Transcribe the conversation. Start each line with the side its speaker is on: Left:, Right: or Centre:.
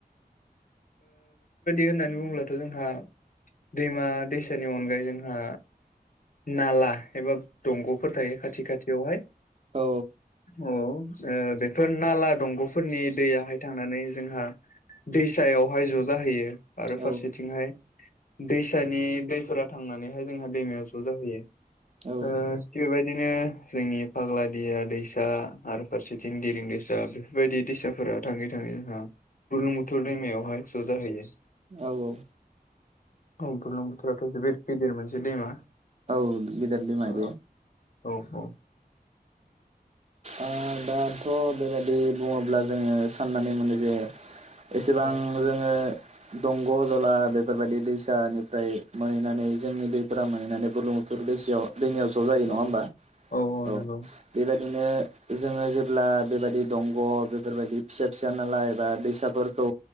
Left: होननानै बुङोब्लाथ' जोंहा दैमा दैसानि अनगायै जोंहा नाला एबा दंग'फोर थायो खाथि खाथियावहाय।
Right: औ।
Left: औ ओ बेफोर नाला दंग'फोरनि दैयाहाय थांनानै जोंहा दैसायावहाय ज' जाहैयो आरो फारसेथिंहाय
Right: औ
Left: दैसानि दैफोरा थांनानैहाय जोंहा दैमायाव ज' जाहैयो।
Right: औ
Left: ओ बेबाय बिदिनो जोंनि फाग्लादिया दैसा आरो फारसेथिं देरिं दैसा बेफोरबायदि दैसाफोर थाङै थाङै जोंहा बुरलुं बुथुर दैमायावहाय स'जाहैयो।
Right: औ
Left: औ बुरलुं बुथुर जोबोद गिदिर मोनसे दैमा।
Right: औ गिदिर दैमा
Left: औ
Right: बे।
Left: औ
Right: ओ दाथ' बेबायदि बुङोब्ला जोङो साननानै मोनो जे एसेबां
Left: औ
Right: जोङो दंग' दला बेफोरबायदि दैसानिफ्राय मोनहैनानै जोंनि दैफोरा मोनहैनानै बुरलुं बुथुर दैसा दैमायाव ज' जायो नङा
Left: औ
Right: होमबा औ
Left: नंगौ
Right: बेबायदिनो जोङो जेब्ला बेबायदि दंग' बेफोरबायदि फिसा फिसा नालाय बा दैसाफोरखौ